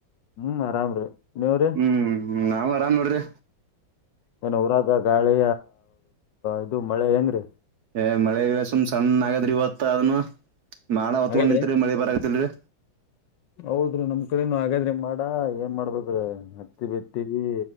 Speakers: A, on the left (about 70°); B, on the right (about 60°).
A: ಹ್ಮ್ ಆರಾಮ್ರೀ ನೀವ್ರ
B: ಹ್ಮ್್ ನಾವ್ ಆರಾಮ್ ನೋಡ್ರಿ
A: ಏನ್ ಊರಾದ ಗಾಳಿ ಇದು ಮಳೆ ಹೆಂಗ್ರೀ
B: ಏ ಮಳೆ ಸುಮ್ ಸಣ್ಣ ಆಗದ್ರಿ ಇವತ್ತ ಅದನು ಮಾಡ ಹೊತ್ಕೊಂಡ್
A: ಹಾಗಾದ್ರಿ
B: ನಿಂತತ್ರಿ ಮಳಿ ಬರತಿಲ್ರಿ
A: ಹೌದ್ರಿ ನಮ್ ಕಡೆನುೂ ಹಾಗಗಾದ್ರೆ ಮಾಡ ಏನ್ ಮಾಡ್ಬೇಕ್ರ ಹತ್ತಿ ಬಿತ್ತವಿ